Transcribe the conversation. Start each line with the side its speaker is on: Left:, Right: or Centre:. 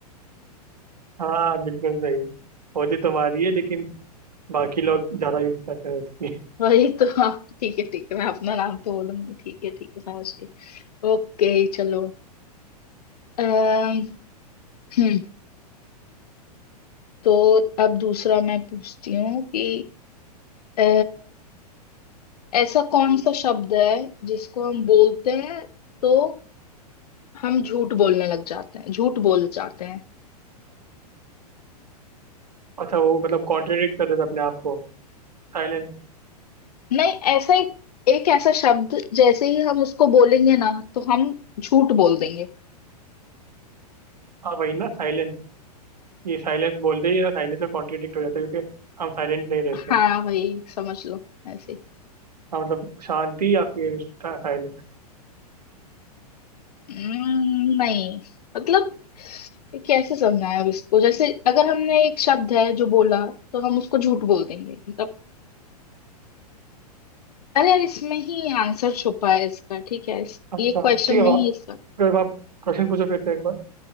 Right: हाँ बिल्कुल सही होती तुम्हारी है लेकिन बाकी लोग ज्यादा यूज करते हैं उसकी
Left: वही तो <laughs> हाँ ठीक है ठीक है मैं अपना नाम तो बोलूंगी ठीक है ठीक है समझ गई ओके चलो अम्म हम्म, तो अब दूसरा मैं पूछती हूँ कि अ, ऐसा कौन सा शब्द है जिसको हम बोलते हैं तो हम झूठ बोलने लग जाते हैं झूठ बोल जाते हैं
Right: अच्छा वो मतलब कॉन्ट्रेडिक्ट करते थे अपने आप को साइलेंस
Left: नहीं ऐसा एक, एक ऐसा शब्द जैसे ही हम उसको बोलेंगे ना तो हम झूठ बोल देंगे
Right: हाँ वही ना साइलेंस ये साइलेंस बोलते ही ना साइलेंस से कॉन्ट्रेडिक्ट हो जाता है क्योंकि हम साइलेंट नहीं रहते
Left: हाँ वही समझ लो ऐसे ही।
Right: हाँ मतलब शांति या फिर साइलेंस
Left: हम्म, नहीं मतलब ये कैसे समझाएं अब इसको जैसे अगर हमने एक शब्द है जो बोला तो हम उसको झूठ बोल देंगे मतलब अरे यार इसमें ही आंसर छुपा है इसका ठीक है इस,
Right: अच्छा
Left: ये क्वेश्चन
Right: ठीक है
Left: में
Right: बाप
Left: ही इसका
Right: फिर आप क्वेश्चन पूछो फिर से एक बार